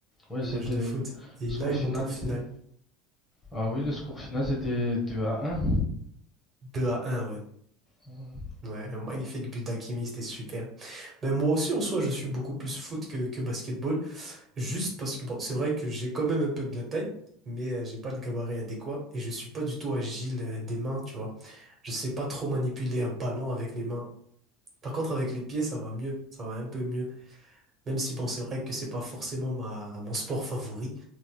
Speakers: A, on the left (about 20°); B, on the right (about 30°).
A: Ouais,
B: le
A: c'était.
B: match de foot. Et
A: Score
B: là, ils
A: final
B: montent en finale.
A: était. Ah oui, le score final c'était 2 à un
B: Deux à un ouais.
A: Ouais.
B: Ouais, un magnifique but d'Hakimi, c'était super. Ben moi aussi, en soi, je suis beaucoup plus foot que, que basketball, juste parce que, bon, c'est vrai que j'ai quand même un peu de la taille, mais euh, j'ai pas le gabarit adéquat et je suis pas du tout agile euh, des mains, tu vois. Je sais pas trop manipuler un ballon avec les mains. Par contre, avec les pieds, ça va mieux, ça va un peu mieux. Même si, bon, c'est vrai que c'est pas forcément ma, mon sport favori,